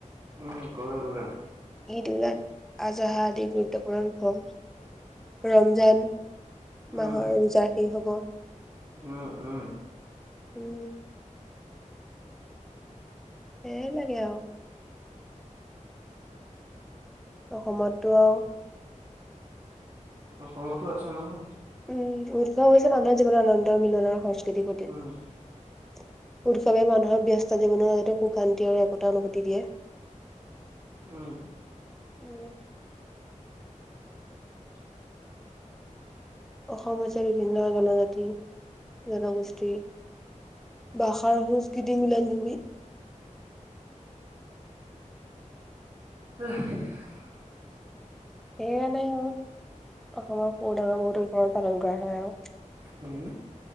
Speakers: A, on the right (about 45°); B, in the centre.
A: উম কৰে কৰে।
B: ঈদ উলা আদাহা আদি গুৰুত্বপূৰ্ণ উৎসৱ। ৰমজান
A: উম
B: মাহৰ ৰোজা শেষ হব।
A: উম উম
B: উম। সেই লাগে আৰু। অসমটো আৰু
A: অসমতো আছে নহয়।
B: উম উৎসৱ হৈছে মানুহৰ জীৱনৰ আনন্দ মিলনৰ সংস্কৃতিৰ প্ৰতীক।
A: উম
B: উৎসৱে মানুহৰ ব্যস্ত জীৱনৰ হয়তো সুখ শান্তি আৰু একতা অনুভূতি দিয়ে।
A: উম।
B: উম।
A: <inaudible>
B: অসম হৈছে বিভিন্ন জনজাতি জনগোষ্ঠীৰ ভাষাৰ সংস্কৃতি মিলন ভূমি।
A: অহ <unintelligible>
B: সেইকাৰণে আৰু অসমত সৰু ডাঙৰ বহুতো উৎসৱ পালন কৰা হয় আৰু। <unintelligible>
A: হুম